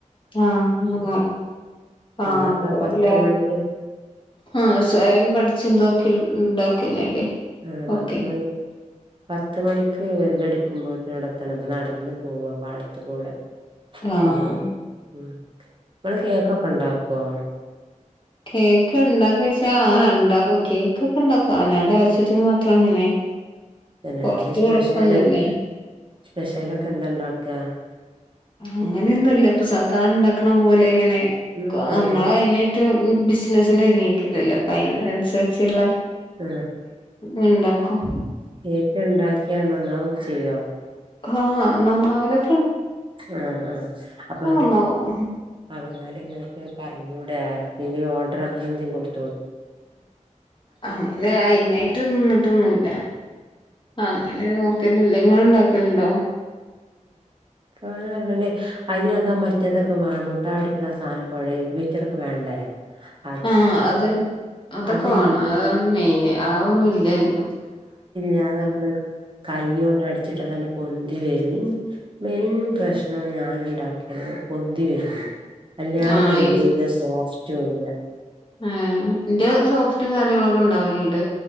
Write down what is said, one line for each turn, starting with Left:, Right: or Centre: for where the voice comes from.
Left: ആ ആ ആ
Right: അന്നൊക്കെ
Left: പോയി
Right: പത്ത് മണിക്ക്
Left: ആ സ്വയം പഠിച്ചിതാക്കി ഇണ്ടാക്കന്നല്ലേ
Right: ആ പത്ത്
Left: ഒക്കെ
Right: മണി പത്തു മണിക്ക് വെല്ലടിക്കുമ്പോഴത്തഅടത്തണം നടന്നു പോവ പാടത്തു കൂടെ
Left: ആഹ്
Right: അല്ല ഉം അമ്മളെ കേക്കൊക്കെ ഉണ്ടാക്കുവോ
Left: കേക്ക് ഇണ്ടാക്കച്ചാ ആ ഉണ്ടാക്കും കേക്കൊക്കെ ഇണ്ടാക്കും അവനോന്റെ ആവശ്യത്തിന് മാത്രം അങ്ങനെ
Right: തെന്നെ
Left: പൊറത്ത്
Right: ന്ത് സ്പെഷ്യല്
Left: കൊടുക്കൊന്നുല്ല
Right: സ്പെഷ്യലൊ ക്കെ എന്താ ണ്ടാക്കാ
Left: അങ്ങനെയൊന്നുഇല്ല ഇപ്പൊ സാധാരണ ഉണ്ടാക്കണ പോലെ ഇങ്ങനെ
Right: ഉം ആഹ്
Left: നമ്മളയിനെ റ്റ് ബിസിനസിന ഒരുങ്ങിക്കില്ലല്ലോ അപ്പ അയിനനുസരിച്ചുള്ള
Right: ആ
Left: ഉണ്ടാക്കും
Right: കേക്ക് ഉണ്ടാക്കിയാ നന്നാവൊക്കെ ചെയ്യോ
Left: ആ നന്നാവലൊക്
Right: ആ ആ അപ്പൊ
Left: നന്നാവും
Right: അവന്നാല ങ്ങക്ക് പറഞ്ഞുടെ ഇനി ഓഡർ അങ്ങനെന്തങ്കി കൊട്
Left: അങ്ങനെ അയ്നായ്റ്റും നിന്ന്ട്ടൊന്നുല്ല അങ്ങനെ ന്നൊക്കൊന്നില്ല ഇങ്ങള്ണ്ടാക്കലുണ്ടോ
Right: ഞാനും അങ്ങനെ അയ്നതാ മറ്റേതൊക്കെേ വേണം മുട്ടാഅടിക്കണ സാനൊക്കെ വേണം എഗ്ഗ് ബീറ്ററൊക്കെ വേണ്ടേ <unintelligible>
Left: ആ അത് അതൊക്കെ
Right: അതില്ല
Left: വേണം അതാണ് മെയ്ന് അതൊന്നുല്ലഗ്ഗ്ലും
Right: ഞാ നമ്മ്ളക് കയ്യോണ്ടടിച്ചിട്ടതണ്ട് - പൊന്തി വെരും മെയിൻ പ്രശ്നം ഞാന്ണ്ടാക്ക്‌യാല് പൊന്തി വെരൂല്ല വെല്ല്യാണ്ട്
Left: ആഹ്
Right: പൊന്തൂല്ല സോഫ്റ്റൂല്ല
Left: ആഹ് ന്റെ സോഫ്റ്റും കാര്യങ്ങളൊക്കെ ഇണ്ടാവല്ണ്ട്.